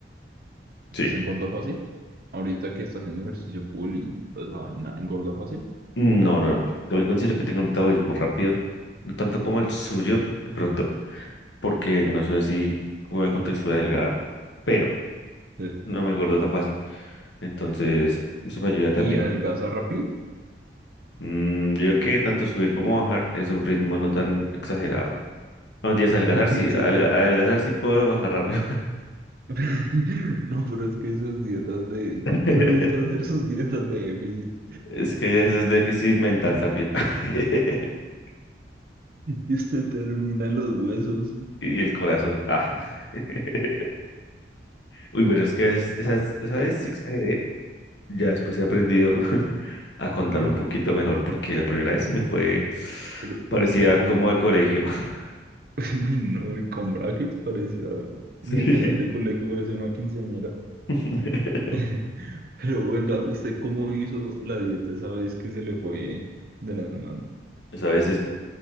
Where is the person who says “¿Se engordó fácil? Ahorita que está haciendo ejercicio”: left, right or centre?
Right